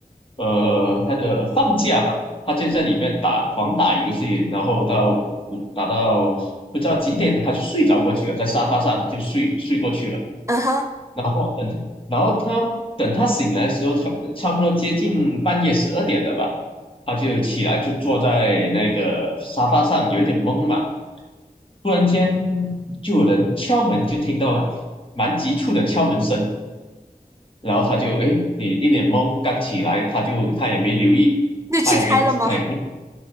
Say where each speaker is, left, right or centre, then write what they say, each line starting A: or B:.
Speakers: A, on the left (about 35°); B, on the right (about 20°).
A: 呃他的放假吧，他就在里面打狂打游戏，然后到五打到不知道几点他就睡着过去了，在沙发上就睡睡过去了。
B: 嗯哼，
A: 然后等他，然后他等他醒来的时候，差差不多接近半夜十二点了吧，他就起来就坐在那个沙发上，有一点懵嘛。突然间就有人敲门，就听到蛮急促的敲门声，然后他就哎，诶你一脸懵，刚起来，他就他也没留意，
B: 那去开了吗？
A: 他也没他也不